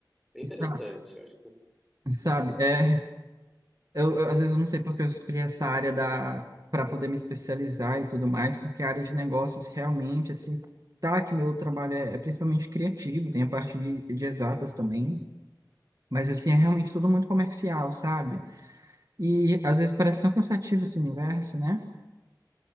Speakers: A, in the centre; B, on the right (about 50°).
A: Bem interessante,
B: Sa-
A: acho que você-
B: Sabe,
A: é.
B: é. Eu, eu, às vezes eu não sei porque eu escolhi essa área da para poder me especializar e tudo mais, porque a área de negócios realmente assim, tá que meu trabalho é, é principalmente criativo, tem a parte de, de exatas também, mas assim é realmente tudo muito comercial, sabe? E às vezes parece tão cansativo esse universo, né?